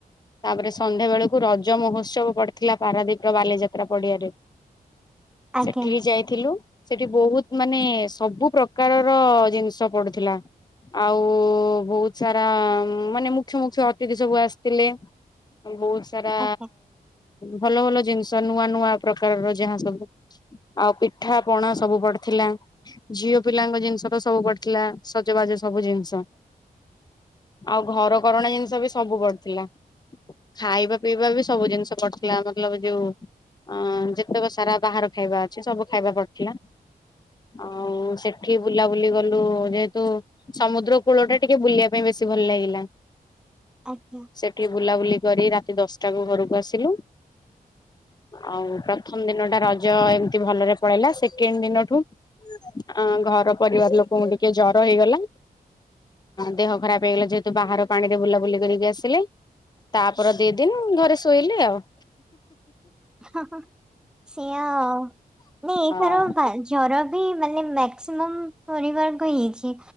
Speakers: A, on the left (about 25°); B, in the centre.
A: ତାପରେ ସନ୍ଧ୍ୟା ବେଳକୁ ରଜ ମହୋତ୍ସବ ପଡିଥିଲା ପାରାଦୀପ ର ବାଲିଯାତ୍ରା ପଡିଆରେ।
B: ଆଜ୍ଞା
A: ସେଠିକି ଯାଇଥିଲୁ ସେଠି ବହୁତ ମାନେ ସବୁ ପ୍ରକାରର ଜିନିଷ ପଡୁଥିଲା ଆଉ ବୋ ବୋହୁତ ସାରା ମାନେ ମୁଖ୍ୟ ମୁଖ୍ୟ ଅତିଥି ସବୁ ଆସିଥିଲେ। ବହୁତ ସାରା
B: ଆଜ୍ଞା
A: ଭଲ ଭଲ ଜିନଷ ନୂଆ ନୂଆ ପ୍ରକାରର ଯାହା ସବୁ ଆଉ ପିଠା ପଣା ସବୁ ପଡିଥିଲା ଇ ଝିଅ ପିଲାଙ୍କ ଜିନିଷ ତ ସବୁ ପଡିଥିଲା ସଜବାଜ ସବୁ ଜିନିଷ। ଆଉ ଘର କରଣା ଜିନିଷ ବି ସବୁ ପଡଥିଲା। ଖାଇବା ପିଇବା ବି ସବୁ ଜିନିଷ କରୁଥିଲା ମତଲବ ଯୋଉ ଅ ଯେତେକ ସାରା ବାହାର ଖାଇବା ଅଛି ସବୁ ଖାଇବା ପଡଥିଲା। ଆଉ ସେଠି ବୁଲାବୁଲି ଗଲୁ ଯେହେତୁ ସମୁଦ୍ର କୂଳଟେ ଟିକେ ବୁଲିବା ପାଇଁ ବେଶୀ ଭଲ ଲାଗିଲା
B: ଆଜ୍ଞା
A: ସେଠି ବୁଲାବୁଲି କରି ସେ ଦଶଟାକୁ ଘରକୁ ଆସିଲୁ। ଆଉ ପ୍ରଥମ ଦିନ ଟା ରଜ ଏମତି ଭଲରେ ପଳେଇଲା ସେକେଣ୍ଡ ଦିନଠୁ ଆ ଘର ପରିବାର ଲୋକଙ୍କୁ ଟିକେ ଜର ହେଇଗଲା ଦେହ ଖରାପ ହେଇଗଲା ଯେହେତୁ ବାହାର ପାଣିରେ ବୁଲାବୁଲି କରିକି ଆସିଲେ ତାପର ଦି ଦିନ ଘରେ ଶୋଇଲି ଆଉ
B: ହ ହ ସେଇଆ ଆଉ ନାଇ ଏ
A: ହଁ
B: ଥର ଜର ବିି ମାନେ ମେକ୍ସିମମ୍ ପରିବାର କୁ ହେଇଛି